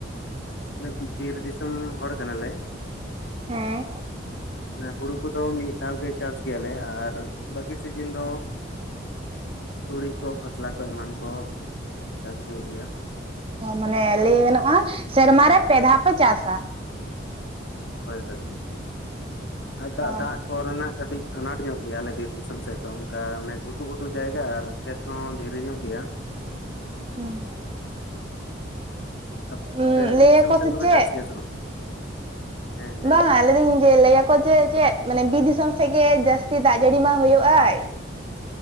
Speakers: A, on the left (about 60°); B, on the right (about 30°).
A: ᱚᱱᱮ ᱵᱤᱨ ᱫᱤᱥᱚᱢ ᱦᱚᱲ ᱠᱟᱱᱟ ᱞᱮ᱾
B: ᱦᱮᱸ
A: ᱦᱩᱲᱩ ᱠᱚᱫᱚ ᱢᱤᱫ ᱫᱷᱟᱣ ᱜᱮ ᱪᱟᱥ ᱜᱮᱭᱟ ᱞᱮ ᱟᱨ ᱵᱟᱠᱤ ᱥᱤᱡᱤᱱ ᱫᱚ ᱛᱩᱲᱤ ᱠᱚ ᱠᱷᱚᱥᱞᱟ ᱠᱚ ᱮᱢᱟᱱ ᱠᱚ ᱪᱟᱥ ᱦᱳᱭᱳᱜ ᱜᱮᱭᱟ᱾
B: ᱚ ᱢᱟᱱᱮ ᱞᱟᱹᱭ ᱜᱟᱱᱚᱜᱼᱟ ᱥᱮᱨᱢᱟ ᱨᱮ ᱯᱮ ᱫᱷᱟᱣ ᱯᱮ ᱪᱟᱥᱟ᱾
A: ᱦᱳᱭ ᱦᱳᱭ ᱦᱳᱭ ᱛᱚ ᱟᱨ ᱫᱟᱜ
B: ᱚ
A: ᱫᱟᱜ ᱠᱚ ᱨᱮᱱᱟᱜ ᱠᱟᱹᱴᱤᱡ ᱟᱱᱟᱴ ᱧᱚᱜ ᱜᱮᱭᱟ ᱟᱞᱮ ᱵᱤᱨ ᱫᱤᱥᱚᱢ ᱥᱮᱫ ᱫᱚ ᱚᱱᱠᱟ ᱚᱱᱮ ᱜᱷᱩᱴᱩ ᱜᱷᱩᱴᱩ ᱡᱟᱭᱜᱟ ᱟᱨ ᱠᱷᱮᱛ ᱠᱚᱦᱚᱸ ᱫᱷᱤᱨᱤ ᱧᱚᱜ ᱜᱮᱭᱟ᱾
B: ᱱᱚᱝ
A: ᱟᱯ
B: ᱦᱩᱸ
A: ᱟᱯᱮ ᱟᱛᱩ
B: ᱞᱟᱹᱭᱟᱠᱚ
A: ᱫᱤᱥᱚᱢ ᱥᱮᱫ
B: ᱥᱮ
A: ᱫᱚ ᱯᱮ
B: ᱪᱮᱫ
A: ᱪᱟᱥ ᱜᱮᱭᱟ ᱥᱮ ᱵᱟᱝ? ᱦᱮᱸ
B: ᱵᱟᱝ
A: ᱢᱮ
B: ᱞᱟᱹᱭ ᱫᱤᱧ ᱡᱮ ᱞᱟᱹᱭ ᱟᱠᱚ ᱡᱮ ᱪᱮᱫ ᱢᱟᱱᱮ ᱵᱤᱨ ᱫᱤᱥᱚᱢ ᱥᱮᱫ ᱜᱮ ᱡᱟᱹᱥᱛᱤ ᱫᱟᱜ ᱡᱟᱹᱲᱤ ᱢᱟ ᱦᱳᱭᱳᱜ ᱟᱭ